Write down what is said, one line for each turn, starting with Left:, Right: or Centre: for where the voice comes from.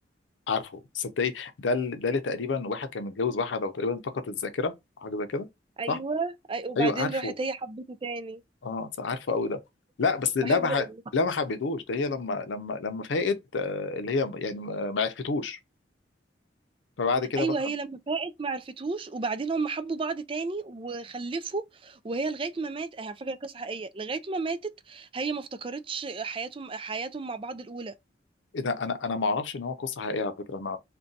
Left: عارفه صدقني ده ال- ده اللي تقريبا واحد كان متجوز واحده وتقريبا فقدت الذاكره حاجه زي كده
Right: ايوه
Left: صح
Right: أي وبعدين
Left: ايوه عارفه
Right: راحت هي حبته تاني
Left: اه صح، عارفه قوي ده لا بس لا
Right: بحبه
Left: بح...
Right: قوي
Left: لا ما حبيتهوش ده هي لما لما لما فاقد آه، اللي هي يعني ما ما عرفتوش فبعد كده
Right: ايوه
Left: مثلا
Right: هي لما فاقت ما عرفتوش وبعدين هم حبوا بعض تاني وخلفوا وهي لغايه ما مات هي على فكره قصه حقيقيه لغايه ما ماتت هي ما افتكرتش حياتهم حياتهم مع بعض الاولى
Left: ايه ده انا انا ما اعرفش ان هو قصه حقيقيه على فكره انا